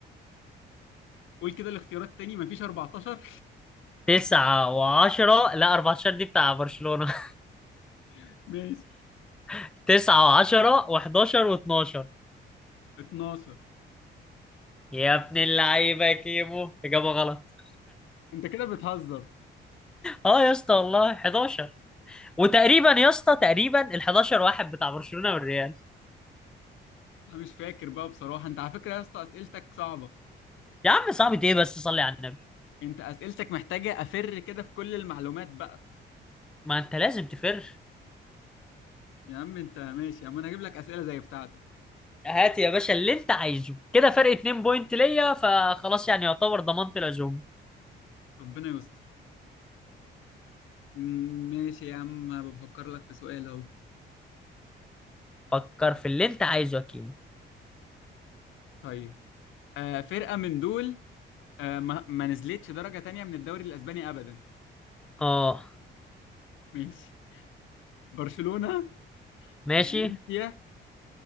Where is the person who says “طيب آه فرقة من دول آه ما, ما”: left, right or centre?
Left